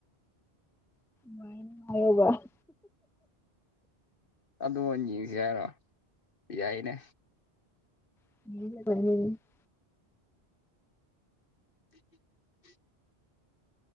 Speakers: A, in the centre; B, on the left.
A: ꯃꯥꯅ ꯍꯥꯏꯔꯕꯣ
B: ꯑꯗꯨ ꯑꯣꯏꯅ ꯌꯦꯡꯁꯤ ꯍꯥꯏꯔꯣ ꯌꯥꯏꯅꯦ
A: <unintelligible>
B: <inaudible>